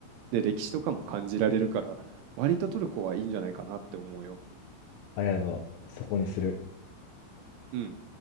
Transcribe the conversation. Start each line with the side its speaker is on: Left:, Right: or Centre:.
Right: で、歴史とかも感じられるから、割とトルコはいいんじゃないかなって思うよ。
Left: ありがとう。そこにする。
Right: うん。